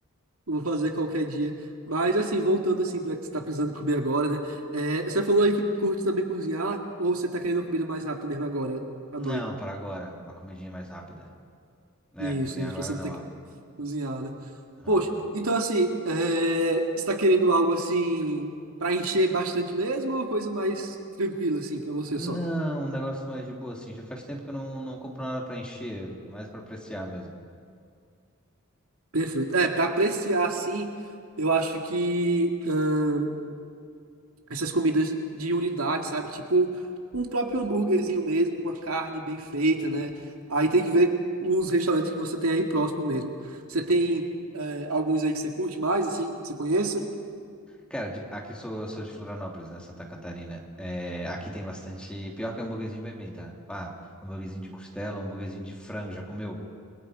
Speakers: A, on the right; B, in the centre.
A: eu vou fazer qualquer dia. Mas, assim, voltando, assim, pra que você tá precisando comer agora, né? É, você falou aí que curte também cozinhar, ou você tá querendo comida mais rápido mesmo agora, à
B: Não,
A: noite?
B: para agora, uma comidinha mais rápida. É,
A: Isso,
B: cozinhar
A: isso,
B: agora
A: pra você não
B: não,
A: ter
B: ó.
A: que Cozinhar, né?
B: Ah.
A: Poxa, então assim, é... você está querendo algo assim para encher bastante mesmo ou uma coisa mais tranquila assim para você
B: Não,
A: só?
B: um negócio mais de boa, assim. Já faz tempo que eu não, não compro nada pra encher, mais pra apreciar mesmo.
A: Perfeito. É, para apreciar assim, eu acho que ahn, essas comidas de unidade, sabe? Tipo um próprio hambúrguerzinho mesmo, com a carne bem feita, né? Aí tem que ver os restaurantes que você tem aí próximo mesmo. Você tem é, alguns aí que você curte mais, assim, que você conheça?
B: Cara, de- aqui eu sou, eu sou de Florianópolis, né? Santa Catarina. É, aqui tem bastante. Pior que hambúrguerzinho vai bem, tá? Ah, hambúrguerzinho de costela, hambúrguerzinho de frango, já comeu?